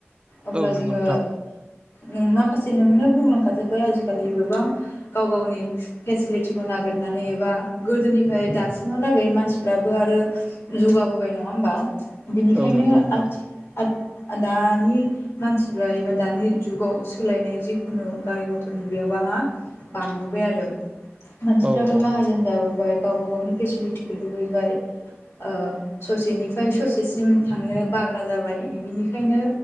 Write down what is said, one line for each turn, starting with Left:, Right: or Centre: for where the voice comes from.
Left: अब्ला
Right: औ
Left: जोङो
Right: नंगौ नोंथां
Left: नों माखासे नोंनो बुंलांखा थाजोबो आजिखालि गोबां गाव गावनि फेसिलिटिखौ नागिरनानै एबा गोदोनिफ्राय दासिमहालागै मानसि फोराबो आरो जौगाबोबाय नङा होमबा बिनिखायनो
Right: औ नंगौ नोंथां
Left: आथि आद दानि मानसिफ्रा एबा दानि जुगाव <unintelligible> जिखुनु गारि मथरनि बिबाङा बांबोबाय आरो मानसिफ्राबो
Right: औ औ
Left: माहाजोन जाबोबाय गावबा गावनि फेसिलिटिखौ लुबैबाय ओ ससेनिफ्राय ससेसिम थांनो बाग्रा जाबाय बिनिखायनो